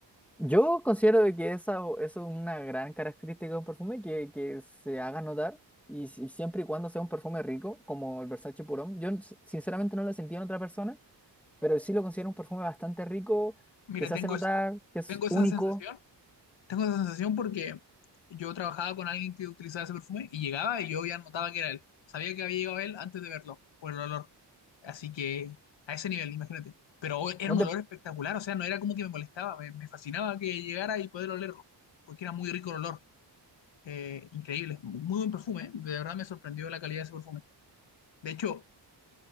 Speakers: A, in the centre; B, on the left.
A: Yo considero de que esa, eso es una gran característica de un perfume, que, que se haga notar, y, si- siempre y cuando sea un perfume rico, como el Versace Purón. Yo s- sinceramente no lo he sentido en otra persona, pero sí lo considero un perfume bastante rico,
B: Mira,
A: que se
B: tengo,
A: hace notar,
B: es-
A: que es
B: tengo esa
A: único.
B: sensación, tengo esa sensación porque yo trabajaba con alguien que utilizaba ese perfume y llegaba y yo ya notaba que era él. Sabía que había llegado él antes de verlo, por el olor. Así que a ese nivel, imagínate. Pero hoy era
A: No
B: un
A: te,
B: olor espectacular, o sea, no era como que me molestaba, me, me fascinaba que llegara y poder olerlo, porque era muy rico el olor. Eh, increíble, muy buen perfume, ¿eh? De verdad me sorprendió la calidad de ese perfume. De hecho,